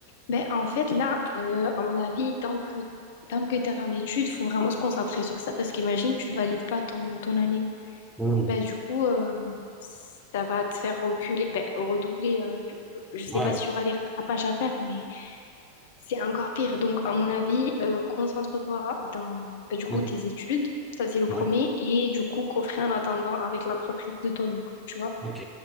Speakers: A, on the left; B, in the centre.
A: Ben, en fait, là, euh, à mon avis, tant que, tant que t'es en études, faut vraiment se concentrer sur ça parce qu'imagine, tu valides pas ton, ton année.
B: Hmm.
A: Ben, du coup, euh, ça va te faire reculer, ben, redoubler. euh, je, je sais
B: Ouais.
A: pas s'il y aura des rattrapages à faire, mais C'est encore pire. Donc, à mon avis, euh, concentre-toi dans bah, du coup
B: Hmm.
A: tes études, ça c'est le
B: Ouais.
A: premier, et du coup coffrer en attendant avec l'entreprise de ton oncle, tu vois.
B: Ok.